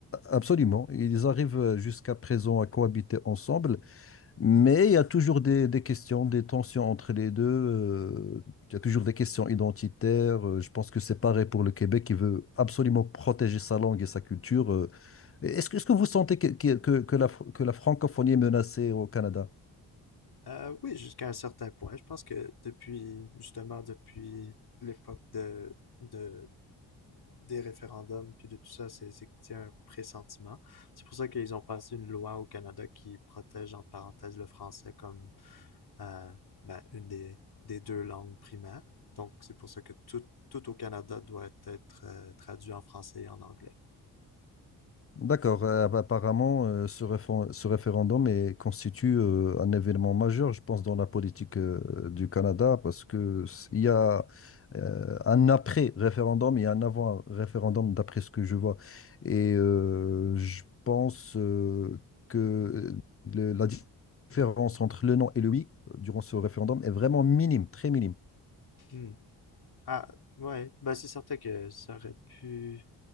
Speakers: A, on the left; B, on the left.
A: absolument, ils arrivent euh, jusqu'à présent à cohabiter ensemble, mais il y a toujours des, des questions, des tensions entre les deux. euh, il y a toujours des questions identitaires. euh, je pense que c'est pareil pour le Québec qui veut absolument protéger sa langue et sa culture. euh. Est-ce que, est-ce que vous sentez que, que, que que la, fr- que la francophonie est menacée au Canada?
B: Euh, oui, jusqu'à un certain point. Je pense que depuis, justement, depuis l'époque de, de, des référendums, puis de tout ça, c'est c'est que c'est un pressentiment. C'est pour ça qu'ils ont passé une loi au Canada qui protège, entre parenthèses, le français comme euh, ben, une des, des deux langues primaires. Donc, c'est pour ça que tout, tout au Canada doit être euh, traduit en français et en anglais.
A: D'accord. Euh, Apparemment, euh, ce réfé- ce référendum est- constitue euh, un événement majeur, je pense, dans la politique euh, du Canada, parce que s- il y a euh, un après-référendum et un avant-référendum, d'après ce que je vois. Et euh, je pense euh, que le- la di- différence entre le non et le oui euh, durant ce référendum est vraiment minime, très minime.
B: Hmm. Ah, ouais. Ben, c'est certain que ça aurait pu